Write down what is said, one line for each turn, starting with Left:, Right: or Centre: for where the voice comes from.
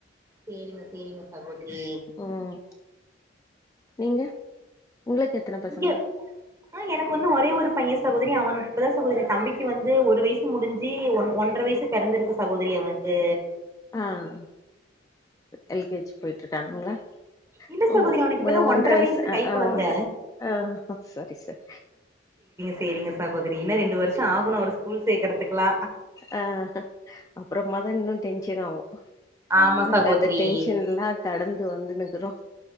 Right: சேரிங்க சேரிங்க சகோதரி
Left: ம் நீங்க உங்களுக்கு எத்தன பசங்க
Right: இங்க ஆஹ் எனக்கு வந்து ஒரே ஒரு பைய சகோதரி அவனு இப்போதா சகோதரி தம்பிக்கு வந்து ஒரு வயசு முடிஞ்சு ஒன் ஒன்றரை வயசு பிறந்திருக்கு சகோதரி அவ ஏ
Left: ஆஹ் எல் கே ஜி போய்ட்டு இருக்கங்களா
Right: இல்ல
Left: ஓ
Right: சகோதரி அவனுக்கு இப்பதா
Left: ஒன்ற வயசு ஹ்
Right: கை கொழந்த
Left: ஒ ஆஹ செரி செரி
Right: சேரிங்கப்பா ன்னா ரெண்டு வருஷம் ஆகும் ஒரு ஸ்கூல் சேக்கருக்கலா
Left: அஹ் அப்புறம் மத இன்னு டென்ஷன் ஆகு
Right: ஆமா
Left: நாங்க
Right: சகோதரி
Left: அந்த டென்ஷன் எல்லா கடந்து வந்துன்னுக்குறோ